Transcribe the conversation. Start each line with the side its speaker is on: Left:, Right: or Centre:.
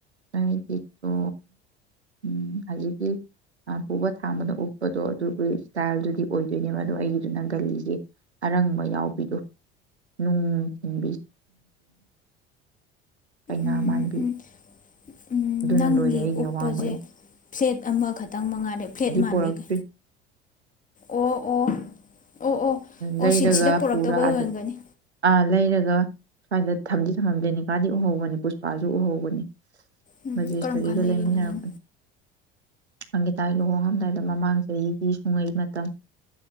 Right: ꯑꯩꯒꯤꯗꯣ ꯎ ꯍꯧꯖꯤꯛꯀꯤ ꯄꯨꯕ ꯊꯥꯡꯕꯗ ꯎꯞꯄꯗꯣ ꯑꯗꯨꯒꯤ ꯏꯁꯇꯥꯏꯜꯗꯨꯗꯤ ꯑꯣꯏꯗꯣꯏꯅꯦꯕ ꯑꯗꯣ ꯑꯩꯒꯤꯗꯨꯅ ꯒꯜꯂꯤꯒꯤ ꯑꯔꯪꯕ ꯌꯥꯎꯕꯤꯗꯣ ꯅꯨꯡ ꯊꯤꯟꯕꯤ ꯀꯩꯅꯥ
Left: ꯎꯝ
Right: ꯃꯥꯟꯕꯤ
Left: ꯎꯝ ꯎꯝ
Right: ꯑꯗꯨꯅ
Left: ꯅꯪꯒꯤ
Right: ꯂꯣꯏꯔꯦ ꯑꯩꯒꯤ
Left: ꯎꯞꯄꯁꯦ
Right: ꯑꯋꯥꯡꯕꯩ
Left: ꯐ꯭ꯂꯦꯠ ꯑꯃꯈꯛ ꯈꯤ ꯇꯪ ꯃꯉꯥꯗ ꯐ꯭ꯂꯦꯠ ꯃꯥꯟꯕꯤꯒꯦ
Right: ꯄꯣꯔꯛꯇ꯭ꯔꯤ
Left: ꯑꯣ ꯑꯣ ꯑꯣ ꯑꯣ
Right: ꯂꯩꯔꯒ
Left: ꯑꯣ ꯁꯤ ꯁꯤꯗ ꯄꯨꯔꯛꯇꯕꯩ
Right: ꯄꯨꯔꯗ
Left: ꯑꯣꯏꯔꯝꯒꯅꯤ
Right: ꯑ ꯂꯩꯔꯒ ꯁ꯭ꯋꯥꯏꯗ ꯊꯝꯗꯤ ꯊꯝꯉꯝꯗꯦꯅꯤꯀꯥꯗꯤ ꯎꯍꯧꯕꯅꯤ ꯄꯨꯁꯄꯥꯁꯨ ꯎꯍꯧꯕꯅꯤ
Left: ꯎꯝ
Right: ꯕꯖꯦꯁꯔꯤꯒ
Left: ꯀꯔꯝ ꯀꯥꯟ ꯂꯩꯔꯤꯕ
Right: ꯂꯩꯃꯤꯟꯅꯔꯛꯄꯅꯤ
Left: ꯅꯪ
Right: ꯑꯪꯒꯤꯇꯥ ꯂꯨꯍꯣꯡꯡꯂꯝꯗꯥꯏꯗ ꯃꯃꯥꯡ ꯆꯍꯤꯒꯤ ꯁꯨꯡꯉꯩ ꯃꯇꯝ